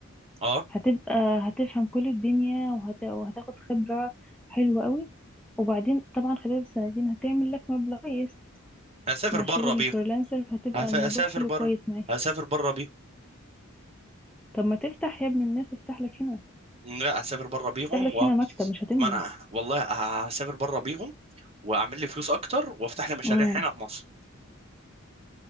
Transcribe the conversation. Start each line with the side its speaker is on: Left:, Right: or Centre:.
Right: اه
Centre: هتبقى هتفهم كل الدنيا وهت... وهتاخد خبرة حلوة قوي وبعدين طبعا خلال السنتين هتعمل لك مبلغ كويس
Right: هسافر
Centre: مع شغل
Right: بره
Centre: الفريلانسر
Right: بيهم
Centre: هتبقى
Right: هف...
Centre: الموضوع
Right: هسافر
Centre: حلو كويس
Right: بره
Centre: معاك
Right: هسافر بره بيهم
Centre: طب ما تفتح يا ابن الناس افتح لك هنا
Right: لا هسافر بره بيهم
Centre: افتح لك
Right: و
Centre: هنا مكتب مش هتندم
Right: ما انا والله هسافر بره بيهم واعمل لي فلوس اكتر وافتح لي مشاريع
Centre: امم
Right: هنا في مصر